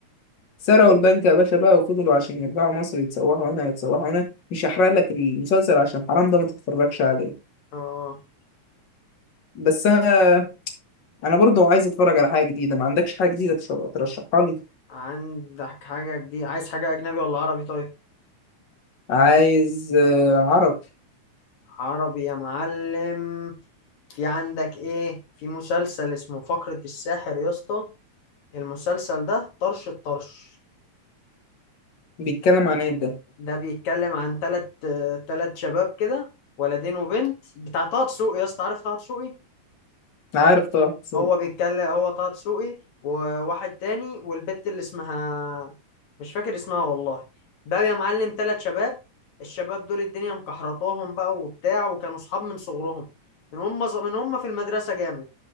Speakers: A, on the left (about 40°); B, on the left (about 70°).
A: سرقوا البنك يا باشا بقى وفضلوا عشان يرجعوا مصر يتسوحوا هنا يتسوحوا هنا مش هحرق لك المسلسل عشان حرام ده ما تتفرجش عليه
B: اه
A: بس أنا انا برضو عايز اتفرج على حاجه جديده ما عندكش حاجه جديده تش- ترشحها لي
B: عندك حاجة جديدة عايز حاجة اجنبي ولا عربي طيب
A: عايز آه، عرب
B: عربي يا معلم في عندك ايه في مسلسل اسمه فقرة الساحر يا اسطى المسلسل ده طرش الطرش
A: بيتكلم عن ايه ده
B: ده بيتكلم عن تلت آه، تلت شباب كده ولدين وبنت بتاع طه دسوقي يا اسطى عارف طه دسوقي
A: عارف طبعا بس-
B: هو بيتكلم هو طه دسوقي وواحد تاني والبت اللي اسمها مش فاكر اسمها والله بقى يا معلم تلات شباب الشباب دول الدنيا مكحرطاهم بقى وبتاع وكانوا صحاب من صغرهم من هم ز... من هم في المدرسة جامد